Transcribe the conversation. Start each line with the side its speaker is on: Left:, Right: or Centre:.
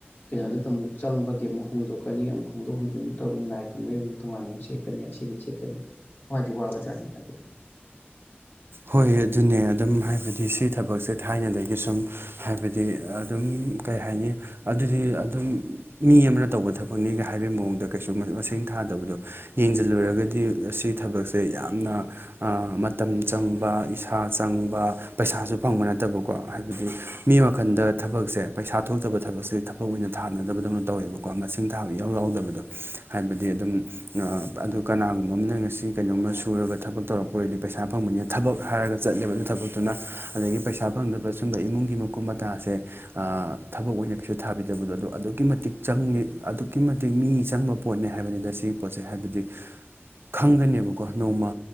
Left: ꯀꯩꯅꯣꯗꯇ ꯑꯃꯨꯛ ꯆꯪꯕꯒꯤ ꯑꯃꯛ ꯍꯣꯡꯗꯣꯛꯀꯅꯤ ꯑꯃꯨꯛ ꯍꯣꯡꯗꯣꯛ ꯍꯣꯡꯖꯤꯟ ꯑꯃꯨꯛ ꯇꯩꯒꯟ ꯑꯃꯎꯛ ꯂꯥꯏ ꯈꯨꯔꯕꯒꯤ ꯑꯃꯨꯛ ꯇꯣꯉꯥꯟꯅ ꯑꯃꯨꯛ ꯁꯦꯠꯀꯅꯤ ꯑꯁꯤꯃꯨꯛ ꯁꯦꯠꯀꯅꯤ ꯋꯥꯗꯤ ꯋꯥꯕ ꯖꯥꯠꯅꯤꯗ ꯑꯗꯨꯝ
Right: ꯍꯣꯏ ꯑꯗꯨꯅꯦ ꯑꯗꯨꯝ ꯍꯥꯏꯕꯗꯤ ꯁꯤ ꯊꯕꯛꯁꯦ ꯊꯥꯏꯅꯗꯒꯤ ꯁꯨꯝ ꯍꯥꯏꯕꯗꯤ ꯑꯗꯨꯝ ꯀꯩ ꯍꯥꯏꯅꯤ ꯑꯗꯨꯗꯤ ꯑꯗꯨꯝ ꯃꯤ ꯑꯃꯅ ꯇꯧꯕ ꯊꯕꯛꯅꯤꯒ ꯍꯥꯏꯕꯒꯤ ꯃꯑꯣꯡꯗ ꯀꯩꯁꯨ ꯃꯁꯤꯡ ꯊꯥꯗꯕꯗꯣ ꯌꯦꯡꯁꯤꯜꯂꯨꯔꯒꯗꯤ ꯑꯁꯤ ꯊꯕꯛꯁꯦ ꯌꯥꯝꯅ ꯃꯇꯝ ꯆꯪꯕ ꯏꯁꯥ ꯆꯪꯕ ꯄꯩꯁꯥꯁꯨ ꯐꯪꯕ ꯅꯠꯇꯕꯀꯣ ꯍꯥꯏꯕꯗꯤ ꯃꯤ ꯋꯥꯈꯟꯗ ꯊꯕꯛꯁꯦ ꯄꯩꯁꯥ ꯊꯣꯛꯇꯕ ꯊꯕꯛꯁꯦ ꯊꯕꯛ ꯑꯣꯏꯅ ꯊꯥꯅꯗꯕꯗꯧꯅ ꯇꯧꯋꯦꯕꯀꯣ ꯃꯁꯤꯡ ꯊꯥꯕ ꯏꯌꯥꯎ ꯌꯥꯎꯗꯕꯗꯣ ꯍꯥꯏꯕꯗꯤ ꯑꯗꯨꯝ ꯑꯗꯨ ꯀꯅꯥꯒꯨꯝꯕ ꯑꯃꯅ ꯉꯁꯤ ꯀꯩꯅꯣꯝꯃ ꯁꯨꯔꯒ ꯊꯕꯛ ꯇꯧꯔꯛꯄ ꯑꯣꯏꯔꯗꯤ ꯄꯩꯁꯥ ꯐꯪꯕꯅꯤꯅ ꯊꯕꯛ ꯍꯥꯏꯔꯒ ꯆꯠꯂꯦꯕ ꯑꯗꯨ ꯊꯕꯛꯇꯨꯅ ꯑꯗꯒꯤ ꯄꯩꯁꯥ ꯐꯪꯗꯕ ꯑꯗꯨꯝꯕ ꯏꯃꯨꯡꯒꯤ ꯃꯀꯨꯞ ꯃꯇꯁꯦ ꯊꯕꯛ ꯑꯣꯏꯅ ꯀꯩꯁꯨ ꯊꯥꯕꯤꯗꯕꯗꯣ ꯑꯗꯨ ꯑꯗꯨꯛꯀꯤ ꯃꯇꯤꯛ ꯆꯪꯉꯤ ꯑꯗꯨꯛꯀꯤ ꯃꯇꯤꯛ ꯃꯤ ꯆꯪꯕ ꯄꯣꯠꯅꯦ ꯍꯥꯏꯕꯅꯤꯗ ꯁꯤꯒꯤ ꯄꯣꯠꯁꯦ ꯍꯥꯏꯕꯗꯤ ꯈꯪꯒꯅꯦꯕ ꯀꯣ ꯅꯣꯡꯃ